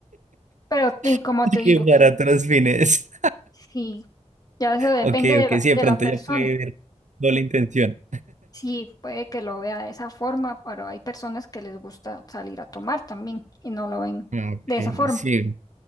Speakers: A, on the left; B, on the right.
A: pero eh, como
B: <laughs>
A: te digo,
B: que para otros fines.
A: sí, ya eso depende
B: Ok,
A: de
B: ok,
A: la,
B: sí,
A: de
B: de pronto
A: la persona.
B: ya puede ver doble intención.
A: Sí, puede que lo vea de esa forma, pero hay personas que les gusta salir a tomar también y no lo ven
B: Ok,
A: de esa forma.
B: sí.